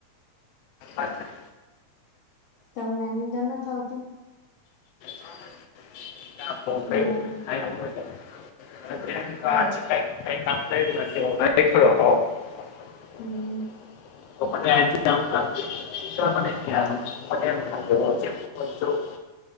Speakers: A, on the left; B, on the left.
A: અચછા
B: તમને નિંદન ન થ આવતુ.
A: હા વાચ
B: હમ
A: ક કઈ
B: હોય
A: કામ હ ખડુ.
B: હમ
A: તો ફોન જોઉં.